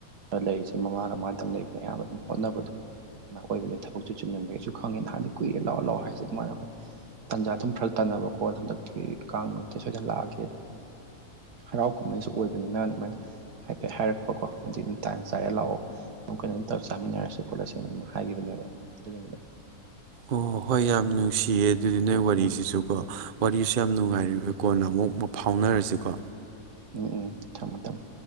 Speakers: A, on the right (about 85°); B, on the right (about 50°).
A: ꯑ ꯂꯩꯔꯤꯁꯦ ꯃꯃꯥꯒ ꯃꯥꯗꯪ ꯂꯩꯕꯅꯦ ꯑꯌꯥꯝꯕ ꯑꯗꯨꯝ ꯍꯣꯠꯅꯕꯗꯣ ꯑꯣꯏꯕꯅꯦ ꯊꯕꯛꯁꯨ ꯆꯤꯟꯃꯟꯕꯩ ꯑꯩꯁꯨ ꯈꯪꯉꯦ ꯅꯍꯥꯟ ꯀꯨꯏꯔꯦ ꯂꯥꯛꯑꯣ ꯂꯥꯛꯑꯣ ꯍꯥꯏꯁꯦ ꯑꯗꯨꯃꯥꯏꯟ ꯑꯣꯢ ꯇꯥꯟꯖꯥ ꯑꯗꯨꯝ ꯐꯔꯛ ꯇꯅꯕꯀꯣ ꯍꯟꯗꯛꯇꯤ ꯀꯥꯡ ꯅꯨꯃꯤꯠꯇ ꯁꯣꯏꯗꯅ ꯂꯥꯛꯑꯒꯦ ꯍꯔꯥꯎ ꯀꯨꯝꯍꯩꯁꯨ ꯑꯣꯏꯕꯅꯤꯅ ꯑꯗꯨꯃꯥꯏꯟ ꯍꯥꯏꯐꯦꯠ ꯍꯥꯏꯔꯛꯄꯀꯣ ꯑꯗꯨꯗꯤ ꯑꯗꯨꯝ ꯇꯥꯟ ꯆꯥꯔꯦ ꯂꯥꯛꯑꯣ ꯑꯗꯨꯝ ꯀꯩꯅꯣꯝ ꯇꯧ ꯆꯥꯃꯤꯟꯅꯔꯁꯤ ꯈꯣꯠꯂꯁꯤꯅ ꯑꯗꯨꯝ ꯍꯥꯏꯈꯤꯕꯅꯦꯕ ꯑꯗꯨꯒꯤꯅꯤꯗ
B: ꯑꯣ ꯍꯣꯏ ꯌꯥꯝ ꯅꯨꯡꯁꯤꯌꯦ ꯑꯗꯨꯗꯤ ꯅꯣꯏ ꯋꯥꯔꯤꯁꯤꯁꯨꯀꯣ
A: ꯎꯝ
B: ꯋꯥꯔꯤꯁꯨ ꯌꯥꯝ ꯅꯨꯡꯉꯥꯏꯔꯤ ꯍꯣꯢ ꯀꯣꯟꯅ ꯑꯃꯨꯛ ꯐꯥꯎꯅꯔꯁꯤꯀꯣ
A: ꯎꯝ ꯎꯝ ꯊꯝꯃꯣ ꯊꯝꯃꯣ